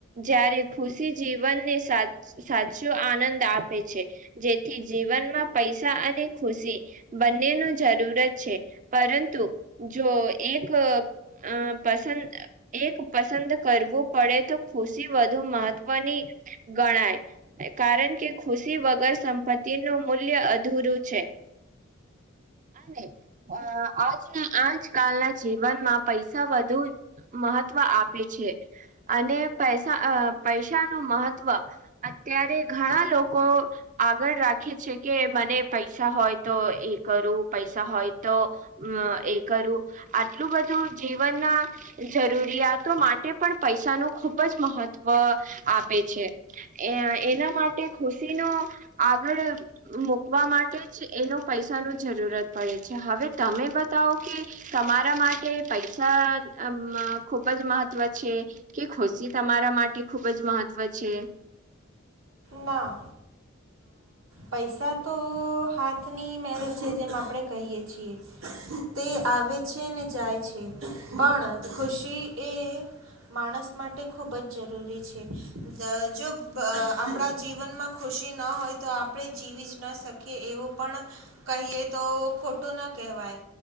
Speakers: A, on the right; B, on the right.
A: જ્યારે ખુશી જીવનને સા સાચો આનંદ આપે છે જેથી જીવન પૈસા અને ખુશી બંનેનું જરૂરત છે પરંતુ જો એક અ પસંદ એક પસંદ કરવું પડે તો ખુશી વધુ મહત્વની ગણાય. કારણ કે ખુશી વગર સંપત્તિ નું મૂલ્ય અધૂરું છે અને અ આજના આજકાલના જીવનમાં પૈસા વધ ધુ મહત્વ આપે છે. અને પેસા અ પૈસા નું મહત્વ અત્યારે ઘણા લોકો આગળ રાખે છે કે મને પૈસા હોય તો એ કરું પૈસા હોય તો એ અ કરું આટલું બધું જીવનના જરૂરિયાતો માટે પણ પૈસાનું ખુબ જ મહત્વ આપે છે એ એના માટે ખુશીનો આગળ મૂકવા માટે જ એનો પૈસાનો જરૂરત પડે હવે તમે બતાવો કે તમારા માટે પૈસા અમ ખૂબ જ મહત્વ છે કે ખુશી તમારા માટે ખૂબ જ મહત્ત્વ છે?
B: ના પૈસા તો હાથની મેલ છે જેમ આપણે કહીએ છીએ તે આવે છે ને જાય છે પણ ખુશી એ માણસ માટે ખૂબ જ જરૂરી છે દ જો આપણા જીવનમાં ખુશી ન હોય તો આપણે જીવી જ ન શકીએ એવું પણ કહીએ તો ખોટું ન કહેવાય.